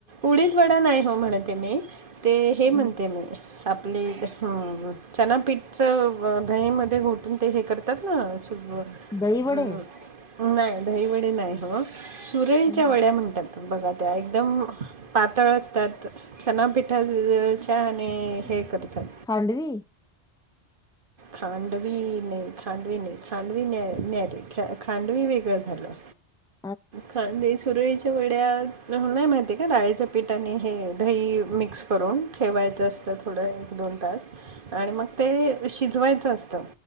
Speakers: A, on the right; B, in the centre.
A: उडीद वडा नाही हो म्हणतए मी. ते हे म्हणते
B: मग
A: मी. आपली हं. चना पीठचं दहीमध्ये घोटून ते हे करतात ना? सु- अं.
B: दहीवडे?
A: नाही दहीवडे नाही हो. सुरळीच्या
B: हं, हं.
A: वड्या म्हणतात. बघा त्या एकदम पातळ असतात. चनापिठाचे- आणि
B: खांडवी?
A: हे करतात.
B: खांडवी?
A: खांडवी नाही. खांडवी नाही. खांडवी न न्याली खांडवी वेगळं झालं.
B: ह
A: खांडवी. सुरळीच्या वड्या मला नाही माहिती. ते डाळीचं पीठ आणि हे दही मिक्स करून ठेवायचं असतं थोडं एक दोन तास. आणि मग ते शिजवायचं असतं.